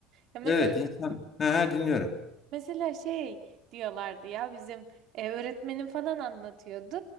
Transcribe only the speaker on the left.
Evet, insan. Ha, ha, dinliyorum.